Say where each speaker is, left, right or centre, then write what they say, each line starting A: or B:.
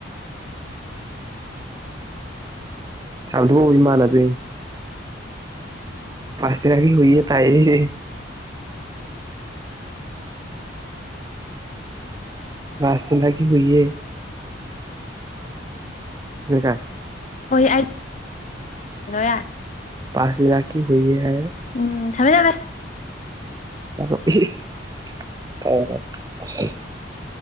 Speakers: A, on the right (about 20°); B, on the left (about 40°).
A: ꯆꯊꯣꯛ ꯏꯃꯥꯟꯅ ꯑꯗꯨ ꯄꯥꯁꯇꯔꯥꯒꯒꯤ ꯍꯏꯌꯦ ꯇꯥꯏ ꯑ ꯁꯅꯒꯤ ꯍꯨꯏꯌꯦ ꯂꯩꯀꯥꯏ
B: ꯍꯣꯏ ꯑꯩꯗ ꯌꯥꯔ
A: ꯁꯤ ꯏꯔꯀꯤ ꯍꯣꯏ ꯍꯥꯏ
B: ꯎꯝ ꯊꯃꯦ ꯊꯃꯦ
A: <unintelligible>